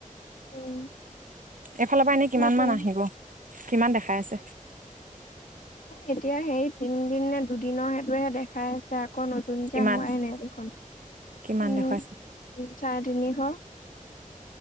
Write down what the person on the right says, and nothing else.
এইফালৰ পৰা এনেই
কিমান মান আহিব? কিমান দেখাই আছে?
কিমান
কিমান
দেখুৱাইছে